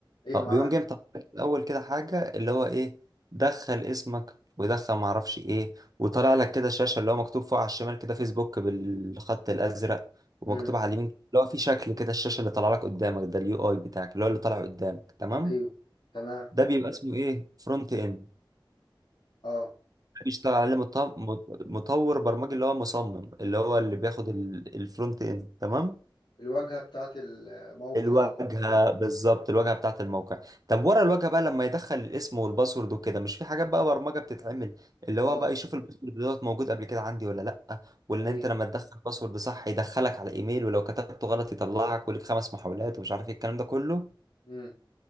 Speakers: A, on the left; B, on the right.
A: ايوه
B: اه
A: معاه
B: بيقوم جاي مطلع لك في الاول كده حاجه اللي هو ايه دخل اسمك ودخل معرفش ايه وطالع لك كده شاشه اللي هو مكتوب فوق على الشمال كده فيسبوك بالخط الازرق ومكتوب
A: امم
B: على اليمين اللي هو في شكل كده الشاشه اللي طالع لك قدامك ده اليو اي بتاعك اللي هو اللي طالع قدامك تمام
A: ايوه تمام
B: ده بيبقى اسمه ايه فرونت اند
A: اه
B: ده بيشتغل عليه مط- مط- مطور برمجي اللي هو مصمم اللي هو اللي بياخد الفرونت اند تمام
A: الواجهه بتاعت الموقع
B: الواجهه
A: او البرنامج
B: بالظبط الواجهه بتاعت الموقع طب ورا الواجهه بقى لما يدخل الاسم والباسورد وكده مش في حاجات بقى برمجه بتتعمل اللي
A: اه
B: هو بقى يشوف الباسورد دوت موجود قبل كده عندي ولا لا وان
A: ايوه
B: انت لما تدخل باسورد صح يدخلك على ايميل ولو كتبته غلط يطلعك وليك خمس محاولات ومش عارف ايه الكلام ده كله
A: امم